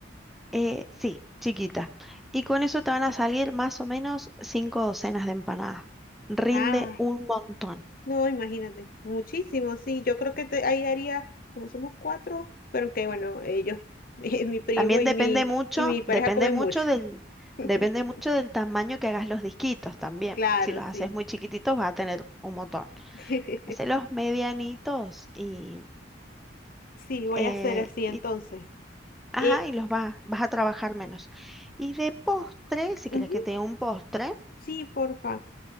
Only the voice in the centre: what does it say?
eh, sí, chiquita. Y con eso te van a salir más o menos cinco docenas de empanadas. Rinde
un montón.
También
depende
mucho,
depende
mucho
del,
depende mucho del tamaño que hagas los disquitos también.
Si los
haces muy chiquititos vas a tener un montón.
Hacelos medianitos y,
eh,
y, ajá,
y los vas, vas a trabajar menos. Y de postre, si
quieres que te dé un postre,